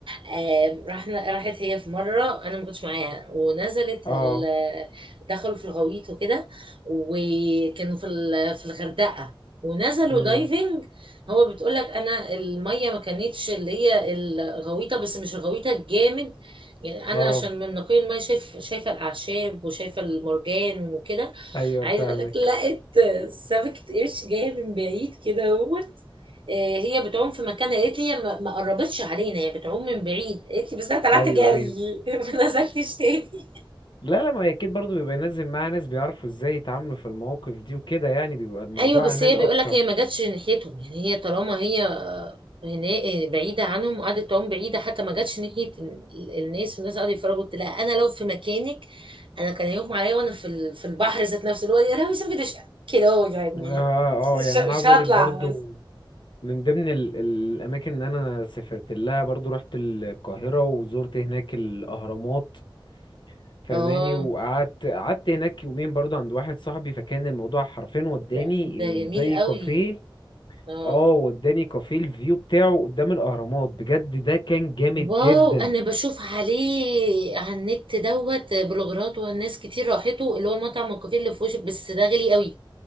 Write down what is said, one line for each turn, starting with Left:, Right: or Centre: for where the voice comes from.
Right: آه، رحنا راحت هي في مره انا ما كنتش معاها ونزلت
Left: اه
Right: ال- دخلوا في الغويط وكده وكانوا في ال- في الغردقه ونزلوا
Left: امم
Right: دايفنج هو بتقول لك انا الميه ما كانتش اللي هي الغويطه بس مش الغويطه الجامد يعني انا
Left: اه
Right: عشان من نقي الميه شايف شايفه الاعشاب وشايفه المرجان وكده
Left: ايوه
Right: عايزه
Left: فاهمك
Right: اقول لك لا سمكة قرش جاية من بعيد كده اهوت آه، هي بتعوم في مكان قالت لي هي ما ما قربتش علينا هي بتعوم من بعيد قالت لي بس انا طلعت
Left: ايوه
Right: جري
Left: ايوه
Right: <laughs> ما نزلتش تاني
Left: لا لا ما هي اكيد برضه بيبقى ينزل معاه ناس بيعرفوا ازاي يتعاملوا في المواقف دي وكده يعني بيبقى الموضوع
Right: ايوه بس
Left: امان
Right: هي
Left: اكتر
Right: بيقول لك
Left: اه
Right: هي ما جاتش ناحيتهم يعني هي طالما هي آه، هنا آه، بعيده عنهم وقعدت تعوم بعيده حتى ما جاتش ناحيه ال- الناس والناس قعدوا يتفرجوا قلت لها انا لو في مكانك انا كان هيغمى عليا وانا في ال- في البحر ذات نفسه اللي هو يا لهوي سمكة قرش كده هو يعني
Left: اه
Right: مش
Left: آه، يعني انا عاوز
Right: مش هطلع
Left: اقولك برضه
Right: بس
Left: من ضمن ال- الاماكن اللي انا سافرت لها برضه رحت القاهره وزرت هناك الاهرامات فماني
Right: اه
Left: وقعدت قعدت هناك يومين برضه عند واحد صاحبي فكان الموضوع حرفيا وداني
Right: ده, ده
Left: إيه
Right: جميل
Left: زي
Right: قوي
Left: كافيه
Right: اه
Left: اه وداني كافيه الفيو بتاعه قدام الاهرامات بجد ده كان جامد
Right: واو
Left: جدا
Right: انا بشوف عليه على النت دوت بلوجرات والناس كتير راحته اللي هو مطعم الكافيه اللي في وشك بس ده غالي قوي